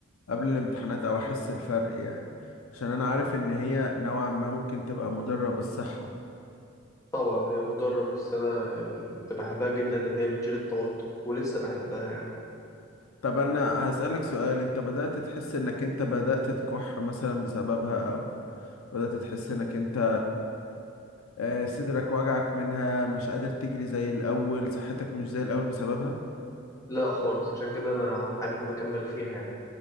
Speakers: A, on the left; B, on the left.
A: قبل الامتحانات او احس الفرق يعني عشان انا عارف ان هي نوعا ما ممكن تبقى مضرة بالصحة
B: طبعا هي مضرة بس أنا يعني كنت بحبها جدا لأن هي بتشيل التوتر ولسه بحبها يعني
A: طب انا هسألك سؤال انت بدأت تحس انك انت بدأت تكح مثلا بسببها او بدأت تحس انك انت آه، صدرك وجعك منها مش قادر تجري زي الاول صحتك مش زي الاول بسببها
B: لا خالص عشان كده أنا حابب أكمل فيها يعني